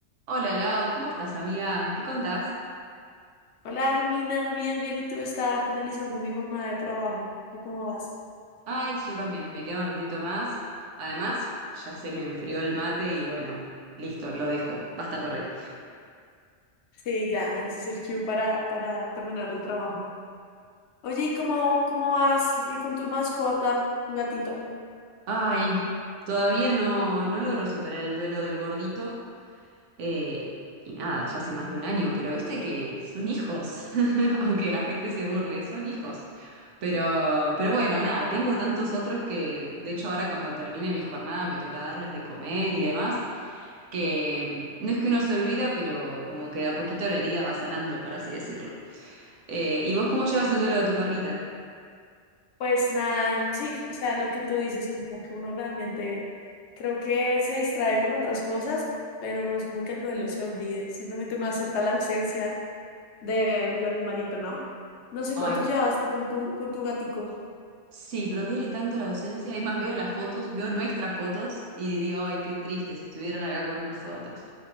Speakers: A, on the right (about 80°); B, on the left (about 70°).
A: Hola Lau, ¿cómo estás amiga? ¿Qué contás?
B: Hola, Armina, bien, bien. ¿Y tú estás finalizando mi jornada de trabajo? ¿Tú cómo vas?
A: Ay, sí, yo también, me queda un ratito más. Además, ya se me enfrió el mate y bueno, listo, lo dejo. Basta por hoy.
B: Sí, ya, ese es el cue para, para terminar el trabajo. Oye, ¿y cómo, cómo vas eh, con tu mascota, tu gatito?
A: Ay, todavía no, no logro superar el duelo del gordito. Eh, y nada, ya hace más de un año, pero viste que son hijos. <laughs> Aunque la gente se burle, son hijos. Pero, pero bueno, nada, tengo tantos otros que, de hecho, ahora cuando termine mi jornada me toca darles de comer y demás. que no es que uno se olvida, pero como que de a poquito la herida va sanando, por así decirlo. Eh, ¿y vos cómo llevas el duelo de tu perrita?
B: Pues nada, y- sí, o sea, lo que tú dices, como que uno realmente creo que se distrae con otras cosas, pero no es como que el duelo se olvide, simplemente uno acepta la ausencia de, del animalito, ¿no? No sé
A: Ay,
B: cuánto llevas tú con tu, con tu gatico.
A: sí, pero duele tanto la ausencia. Es más, veo las fotos, veo nuestras fotos y digo, ay, qué triste si estuvieran acá con nosotros.